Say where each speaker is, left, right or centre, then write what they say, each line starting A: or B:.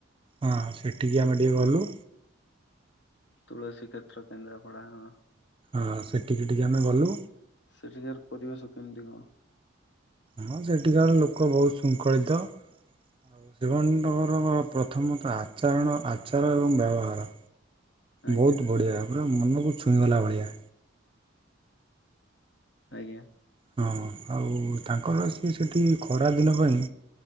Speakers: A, on the right (about 25°); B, on the left (about 60°).
A: ହଁ ସେଠିକି ଆମେ ଟିକେ ଗଲୁ।
B: ତୁଳସୀ କ୍ଷେତ୍ର କେନ୍ଦ୍ରପଡ଼ା ଆଁ।
A: ଆଁ ସେଠିକି ଟିକେ ଆମେ ଗଲୁ।
B: ସେଠିକାର ପରିବେଶ କେମିତି କଣ?
A: ହଁ ସେଠିକାର ଲୋକ ବହୁ ଶୃଙ୍ଖଳିତ। ଆଉ ଶିବଣ୍ଡଙ୍କରର ପ୍ରଥମତଃ ଆଚରଣ ଆଚାର ଏବଂ ବ୍ୟବହାର।
B: ଆଜ୍ଞା
A: ବହୁତ୍ ବଢ଼ିଆ ପୁରା ମନକୁ ଛୁଇଁଗଲା ଭଳିିଆ।
B: ଆଜ୍ଞା।
A: ହଁ ଆଉ ତାଙ୍କର ସିଏ ସେଠି ଖଡା ଦିନ ପାଇଁ